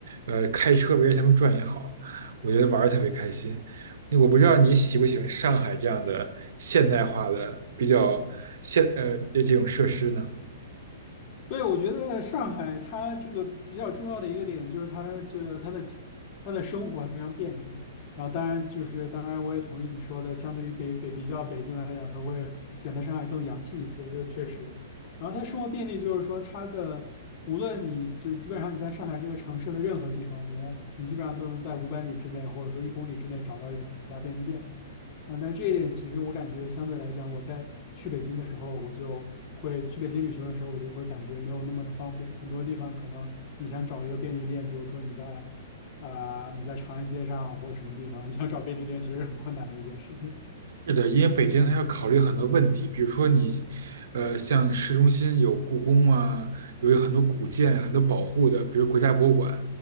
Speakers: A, on the right; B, on the left.
A: 呃，开车围着他们转也好，我觉得玩的特别开心。那我不知道你喜不喜欢上海这样的现代化的比较现呃这种设施呢？
B: 对，我觉得上海它这个比较重要的一个点就是它这个它的它的生活非常便利。然后当然就是当然我也同意你说的，相对于北北比较北京来讲，它会显得上海更洋气一些，这确实。然后它生活便利就是说它的无论你就基本上你在上海这个城市的任何地方，你你基本上都能在五百米之内或者说一公里之内找到一家便利店。啊，但这一点其实我感觉相对来讲，我在去北京的时候，我就会去北京旅行的时候，我就会感觉没有那么的方便。很多地方可能你想找一个便利店，比如说你在，呃，你在长安街上或者什么地方，<laughs> 你想找便利店，其实很困难的一件事情。
A: 是的，因为北京它要考虑很多问题，比如说你，呃，像市中心有故宫啊，有有很多古建、很多保护的，比如国家博物馆，